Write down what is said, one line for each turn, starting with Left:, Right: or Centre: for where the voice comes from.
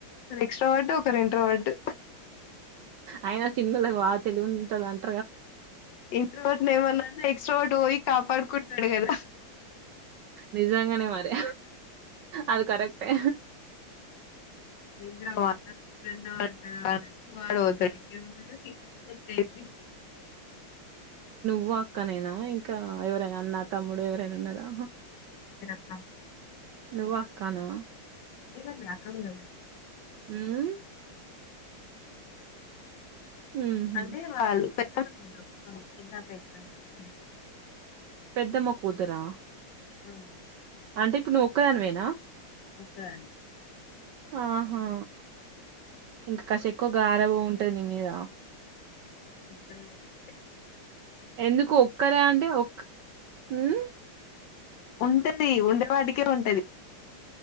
Left: ఎక్సట్రోవర్ట్ ఇంకొకరు ఇంట్రవర్ట్
Right: అయన చిన్నలకు బాగా తెలి ఉంటంది అంట
Left: ఇంట్రవర్ట్ ఏమైనా కానీ ఎక్సట్రావోట్ పోయి కాపాడుకుంటాడు కదా
Right: నిజంగానే మరి అది కరెక్టే
Left: ద్రా అన్నది ఇప్పుడు అంటంటే వాడ పోతాడు చెప్ప
Right: నువ్ అక్కనైనా ఇంకా ఎవరైనా అన్న తమ్ముడు ఎవరైనా ఉన్నారా
Left: ఆ
Right: నువ్వు అక్కానా
Left: ఇవ మేడ అక్క గులు
Right: ఉమ్ ఉహు
Left: అంటే వాళ్ళు అవును ఇందకే <unintelligible>
Right: పెద్దమ్మ కూతురా
Left: అవును
Right: అంటే ఇప్పుడు నువ్వు ఒక్కదానివేనా
Left: ఒక్కదాన్ని
Right: ఆహా ఇంకా కాసి ఎక్కువ గారాబం ఉంటది నీ మీద
Left: ఒక్కదాన్నే
Right: ఎందుకు ఒక్కర అంటే ఒక్ మ్మ్
Left: అంతేలే ఉండేవాటికే ఉంటది